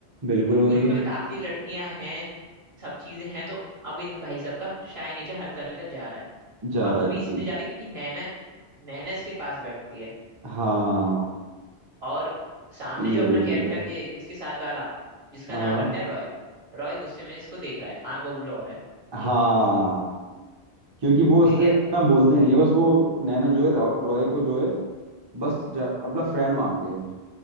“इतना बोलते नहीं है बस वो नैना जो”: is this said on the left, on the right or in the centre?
Right